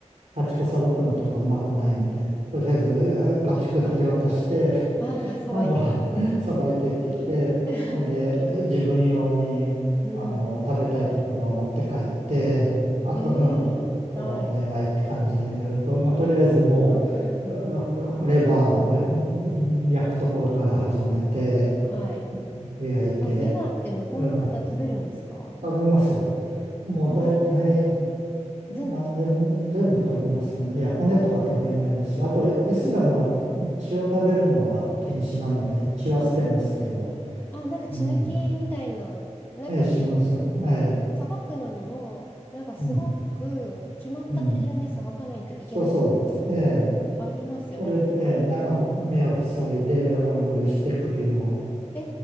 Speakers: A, on the right (about 70°); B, on the left (about 15°).
A: 家畜さばくのとかうまくないので、とりあえずえー家畜だけ渡して、
B: はい。ああ、さばいてくださいと。
A: あの、<laughs> さばいてって言って、
B: <laughs>
A: ほんで、自分用に、
B: うん。
A: あの、食べたいところは持って帰って、
B: <laughs>
A: あと、
B: え
A: うん、あとはお願いって感じでやると、
B: え。はい。
A: まあ、とりあえずもう、
B: うん。
A: うんほレバーをえー焼くところから始めて、
B: はい。
A: 焼いて、
B: あ、レバーって向こうの方食べるんですか
A: うん食べますよ。もう大体、
B: ああ全部食べる。
A: 何でも全部食べますね。いや、骨とか食べないですし、あと、イスラムは血を食べるのは禁止なので、
B: うんうん。
A: 血は捨てますけど、
B: あ、あ、なんか血抜きみたいな、
A: うん。
B: なんか、
A: ええ、します。ええ、
B: さばくのにも、なんかすごく決まった手順でさばかないといけない、
A: うん、うん。そうそうです。ええ、
B: ありますよね、
A: それで、
B: 確か。
A: ええ、なんか目を塞いでお祈りして首を
B: え